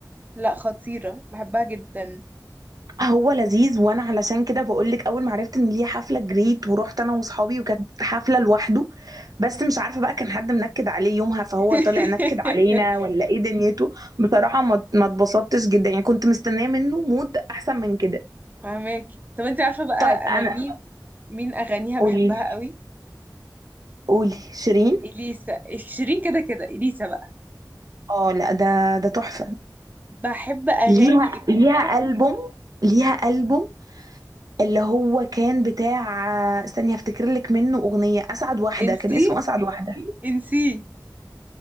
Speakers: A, on the right; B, on the right.
A: لا خطيرة بحبها جدا
B: هو لذيذ وانا علشان كده بقول لك اول ما عرفت ان ليه حفلة جريت ورحت انا واصحابي وكانت حفلة لوحده بس مش عارفة بقى كان حد منكد عليه يومها فهو
A: <laughs>
B: طلع نكد علينا ولا ايه دنيته بصراحة ما ما اتبسطتش جدا يعني كنت مستنية منه مود احسن من كده
A: فهماكي طب انت عارفة بقى
B: طيب انا
A: انا مين مين اغانيها بحبها
B: قولي
A: قوي
B: قولي شيرين
A: اليسا شيرين كده كده اليسا بقى
B: اه لا ده ده تحفة
A: بحب اغاني
B: ليها
A: اليسا
B: ليها ألبوم ليها ألبوم اللي هو كان بتاع استني هفتكر لك منه اغنيه اسعد واحده
A: انسي
B: كان اسمه اسعد واحده
A: انسي